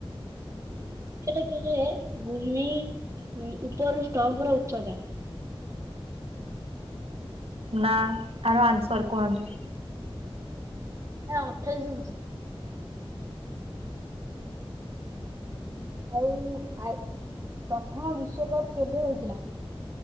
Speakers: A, on the right; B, on the right.
A: <unintelligible> ଭୂମି ଉପରୁ ଷ୍ଟମ୍ପ ର ଉଚତା।
B: ନା, ଆର ଆନ୍ସର୍ କୁହନ୍ତୁ।
A: ନା ଅଠେଇଶି ଇଞ୍ଚ। ଆଉ ଆ ପ୍ରଥମ ବିଶ୍ଵକପ କେବେ ହଉଥିଲା।